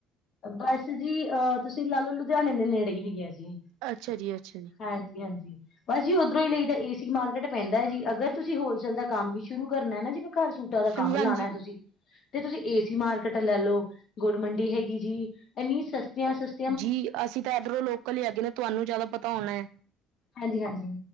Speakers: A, on the left; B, on the right.
A: ਬਸ ਜੀ ਅਹ ਤੁਸੀਂ ਲਾ ਲੋ ਲੁਧਿਆਣੇ ਦੇ ਨੇੜੇ ਹੀ ਹੈਗੇ ਆ ਜੀ,
B: ਅੱਛਾ ਜੀ ਅੱਛਾ ਜੀ
A: ਹਾਂਜੀ ਹਾਂਜੀ। ਬਸ ਜੀ ਉਧਰੋਂ ਹੀ ਲਈ ਤਾਂ ਏਸੀ ਮਾਰਕੀਟ ਪੈਂਦਾ ਜੀ, ਅਗਰ ਤੁਸੀਂ ਹੋਲਸੇਲ ਦਾ ਕੰਮ ਵੀ ਸ਼ੁਰੂ ਕਰਨਾ ਨਾ, ਜਿਵੇਂ ਘਰ ਸੂ ਸੂਟਾਂ ਦਾ ਕੰਮ
B: ਹਾਂਜੀ ਹਾਂਜੀ
A: ਲਾਉਣਾ ਤੁਸੀਂ ਤੇ ਤੁਸੀਂ ਏ ਸੀ ਮਾਰਕੀਟ ਲੈ ਲਓ, ਗੁਰ ਮੰਡੀ ਹੈਗੀ ਜੀ ਇੰਨੀ ਸਸਤੀਆਂ ਸਤੀ
B: ਜੀ ਅਸੀਂ ਤਾਂ ਇਧਰੋਂ ਲੋਕਲ ਹੀ ਹੈਗੇ ਆ ਨੇ, ਤੁਹਾਨੂੰ ਜ਼ਿਆਦਾ ਪਤਾ ਹੋਣਾ।
A: ਹਾਂਜੀ ਹਾਂਜੀ,